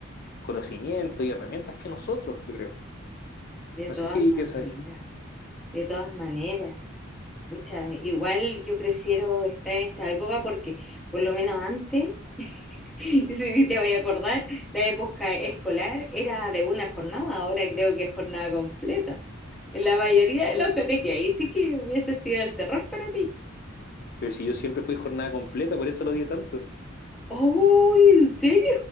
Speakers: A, on the left; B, in the centre.
A: conocimiento y herramientas que nosotros, yo creo.
B: de
A: No
B: todas
A: sé si
B: maneras,
A: piensas.
B: de todas maneras, pucha, igual yo prefiero esta, esta época porque por lo menos antes <laughs> Sí, te voy a acordar, la época escolar era de una jornada, ahora creo que es jornada completa. En la mayoría
A: No.
B: de los colegios, ahí sí que hubiese sido el terror para ti.
A: Pero si yo siempre fui jornada completa, por eso lo odié tanto.
B: ¡Oh, en serio!